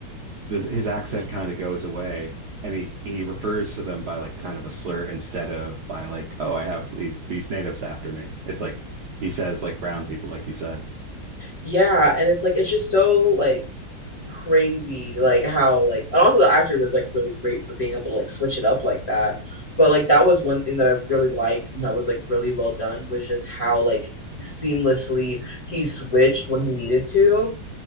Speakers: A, on the right; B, on the left.
A: this, his accent kind of goes away and he, he refers to them by like kind of a slur instead of by like, oh, I have the- these natives after me. It's like he says like brown people, like you said.
B: Yeah, and it's like it's just so like crazy, like how like and also the actor was like really great for being able to like switch it up like that. But like that was one thing that I really liked and that was like really well done was just how like seamlessly he switched when he needed to.